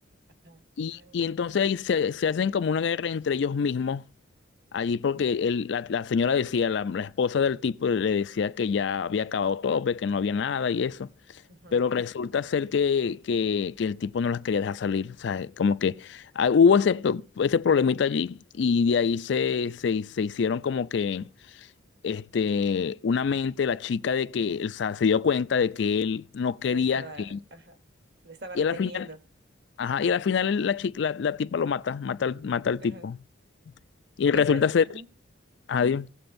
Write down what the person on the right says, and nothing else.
ajá,
claro,
ajá.
La estaba,
ajá, la estaba
reteniendo.
Ajá.
Esa,
ajá.